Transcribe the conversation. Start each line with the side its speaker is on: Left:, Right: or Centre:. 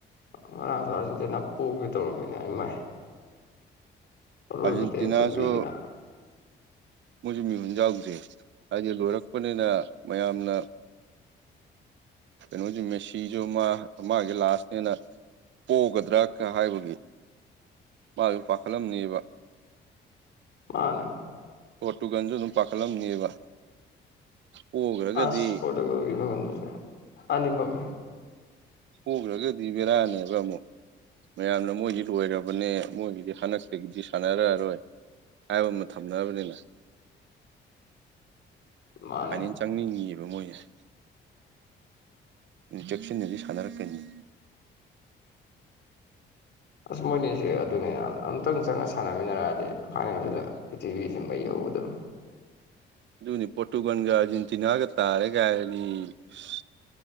Left: ꯉꯔꯥꯡꯁꯨ ꯑꯥꯔꯖꯦꯟꯇꯤꯅꯥ ꯄꯨꯒꯦ ꯇꯧꯔꯕꯝꯃꯤꯅꯦ ꯑꯩ ꯃꯥꯏ ꯑꯣꯏꯕꯗꯤꯁꯟꯕꯤꯗꯅ
Right: ꯑꯥꯔꯖꯦꯟꯇꯤꯅꯥꯁꯨ ꯃꯣꯏꯁꯨ ꯃꯤꯍꯨꯟ ꯌꯥꯎꯗꯦ ꯍꯥꯏꯗꯤ ꯂꯣꯏꯔꯛꯄꯅꯤꯅ ꯃꯌꯥꯝꯅ ꯀꯩꯅꯣꯁꯨ ꯃꯦꯁꯤꯁꯨ ꯃꯥ ꯃꯥꯒꯤ ꯂꯥꯁꯅꯦꯅ ꯄꯣꯛꯒꯗ꯭ꯔꯥ ꯀ ꯍꯥꯏꯕꯒꯤ ꯃꯥꯁꯨ ꯄꯥꯈꯠꯂꯝꯅꯦꯕ
Left: ꯃꯥꯅ
Right: ꯄꯣꯔꯠꯇꯨꯒꯥꯟꯁꯨ ꯑꯗꯨꯝ ꯄꯥꯈꯠꯂꯝꯅꯦꯕ ꯄꯣꯈ꯭ꯔꯒꯗꯤ
Left: ꯑꯁ ꯄꯔꯣꯇꯨꯒꯣꯜ <unintelligible> ꯑꯅꯤꯃꯛꯅꯤ
Right: ꯍꯨꯒ꯭ꯔꯒꯗꯤ ꯕꯦꯔꯥꯅꯦꯕ ꯑꯃꯨꯛ ꯃꯌꯥꯝꯅ ꯃꯣꯏꯗꯤ ꯂꯣꯏꯔꯕꯅꯦ ꯃꯣꯏꯒꯤꯗꯤ ꯍꯟꯗꯛꯇꯒꯤꯗꯤ ꯁꯥꯟꯅꯔꯔꯣꯏ ꯍꯥꯏꯕ ꯑꯃ ꯊꯝꯅꯔꯕꯅꯤꯅ
Left: ꯃꯥꯅꯦ
Right: ꯍꯥꯏꯅꯤ ꯇꯪꯅꯤꯡꯉꯤꯑꯦꯕ ꯃꯣꯏꯖꯦ ꯏꯟ ꯖꯦꯛꯁꯤꯟꯅꯗꯤ ꯁꯥꯟꯅꯔꯛꯀꯅꯤ
Left: ꯑꯁ ꯃꯣꯏꯅꯤꯑꯁꯦ ꯑꯗꯨꯅꯤ ꯌꯥꯝ ꯑꯝꯇꯪ ꯆꯪꯉ ꯁꯥꯟꯅꯃꯤꯟꯅꯔꯛꯑꯗꯤ ꯐꯥꯏꯅꯦꯜꯁꯤꯗ ꯄ꯭ꯔꯤꯊꯤꯕꯤꯁꯤ ꯃꯩ ꯍꯧꯒꯗꯝ
Right: ꯑꯗꯨꯅꯤ ꯄꯔꯣꯇꯨꯒꯥꯟꯒ ꯑꯔꯖꯦꯟꯇꯤꯅꯥꯒ ꯇꯥꯔꯦꯒ ꯍꯥꯏꯔꯗꯤ ꯑꯁ